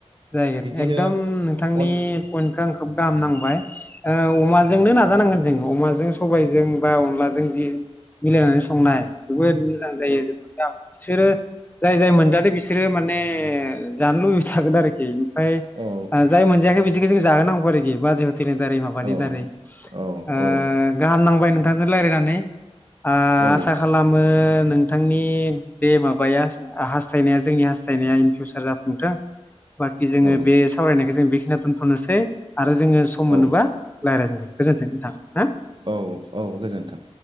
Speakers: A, on the left; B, on the right.
A: जाहगोन
B: बिदिनो
A: एकदम नोंथांनि
B: अन
A: पइन्टखौ आं खोब गाहाम नांबाय ओ अमाजोंनो नाजानांगोन जों अमाजों सबायजों बा अनलाजों जि मिलायनानै संनाय जोबोद मोजां जायो जोबोद गाम बिसोरो जाय जाय मोनजादों बिसोरो माने जानो लुबैबाय थागोन आरोखि ओमफ्राय
B: ओ
A: आ जाय मोनजायाखै बि सोरखौ जाहोनांगौ आरोखि बाजै ह टेलनि दारै माबानि
B: औ
A: दारै
B: औ
A: ओ
B: औ
A: गाहाम नांबाय नोंथांजों रायलायनानै आ
B: औ
A: आसा ओ नोंथांनि बे माबाया हासथायनाया जोंनि हासथायनाया इन फिउचार जाफुंथों बाखि जोङो
B: औ
A: बे सावरायनायखौ जों बे खिनियाव दोन थ'नोसै आरो जोङो सम
B: औ
A: मोनोबा रायलायफिनगोन गोजोन्थों नोंथां ना
B: औ औ गोजोन्थों